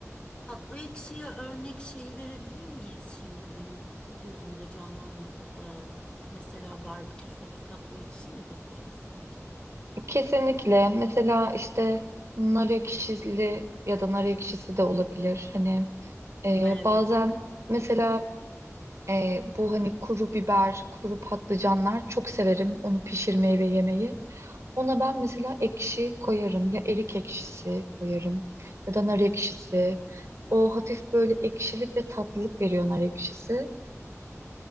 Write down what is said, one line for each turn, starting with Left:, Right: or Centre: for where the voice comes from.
Left: Tatlı ekşiye örnek şeyi verebilir miyiz şimdi? Benim gözümde canlanmadı. Ee, mesela barbekü sos tatlı ekşi midir biraz sanki?
Right: Kesinlikle. Mesela işte nar ekşili ya da nar ekşisi de olabilir. Hani e,
Left: Ay, Evet.
Right: bazen mesela e, bu hani kuru biber, kuru patlıcanlar çok severim onu pişirmeyi ve yemeyi. Ona ben mesela ekşi koyarım. Ya erik ekşisi koyarım ya
Left: Hı hı.
Right: da nar ekşisi. O hafif böyle ekşilik ve tatlılık veriyor nar ekşisi.